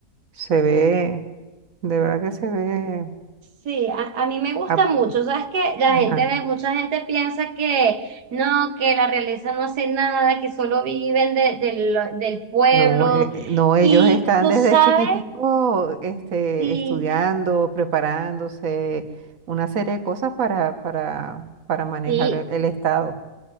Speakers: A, on the right (about 60°); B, on the right (about 85°).
A: se ve, de verdad que se ve.
B: Sí, a, a mí me gusta
A: ap-
B: mucho. Sabes que la
A: ajá.
B: gente, mucha gente piensa que no, que la realeza no hace nada, que solo viven de- del, del pueblo.
A: No, eh, eh, no, ellos
B: Y
A: están
B: tú
A: desde
B: sabes,
A: chiquitico, este,
B: sí,
A: estudiando, preparándose, una serie de cosas para, para, para manejar
B: sí.
A: el el Estado.